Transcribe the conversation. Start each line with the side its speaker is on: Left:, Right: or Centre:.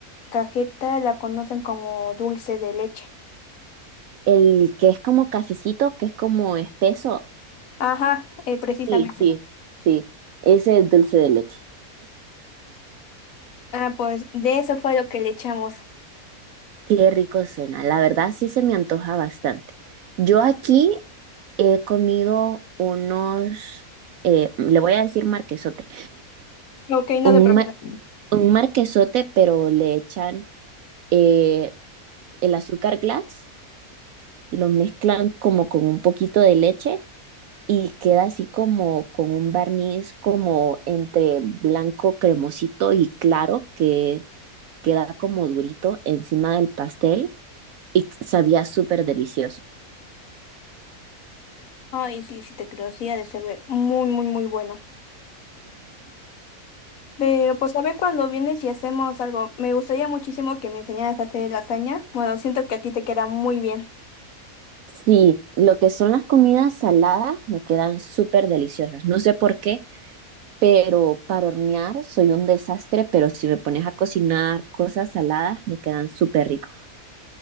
Left: cajeta la conocen como dulce de leche.
Right: el que es como cafecito, que es como espeso.
Left: Ajá, eh, precisamente.
Right: Sí, sí, sí. Ese es dulce de leche.
Left: Ah, pues de eso fue lo que le echamos.
Right: Qué rico suena. La verdad sí se me antoja bastante. Yo aquí he comido unos, eh, le voy a decir marquesote,
Left: Ok, no
Right: un,
Left: te preocupes.
Right: ma- un marquesote, pero le echan eh, el azúcar glass, lo mezclan como con un poquito de leche y queda así como con un barniz como entre blanco cremosito y claro que queda como durito encima del pastel y sabía súper delicioso.
Left: Ay, sí, sí te creo, sí, ha de ser muy, muy, muy bueno. Pero pues a ver cuando vienes y hacemos algo. Me gustaría muchísimo que me enseñaras a hacer lasaña. Bueno, siento que a ti te queda muy bien.
Right: Sí, lo que son las comidas saladas me quedan súper deliciosas. No sé por qué, pero para hornear soy un desastre, pero si me pones a cocinar cosas saladas me quedan súper ricos.